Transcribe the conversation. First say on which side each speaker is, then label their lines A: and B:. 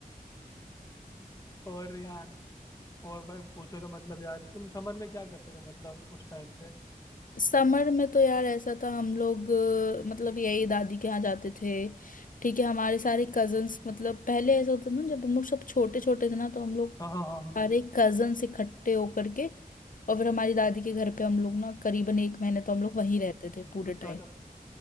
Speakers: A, on the left; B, on the left.
A: और यार और भाई पूछो तो मतलब यार तुम समर में क्या करते थे मतलब उस टाइम पे
B: समर में तो यार ऐसा था हम लोग अ, मतलब यही दादी के यहाँ जाते थे ठीक है हमारे सारे कजन्स मतलब पहले ऐसा होता था ना जब हम लोग सब छोटे छोटे थे ना तो हम लोग
A: हाँ हाँ हाँ हाँ।
B: सारे कजन्स इकट्ठे होकर के और फिर हमारी दादी के घर पे हम लोग ना करीबन एक महीने तो हम लोग वहीं रहते थे पूरे
A: अच्छा
B: टाइम
A: अच्छा।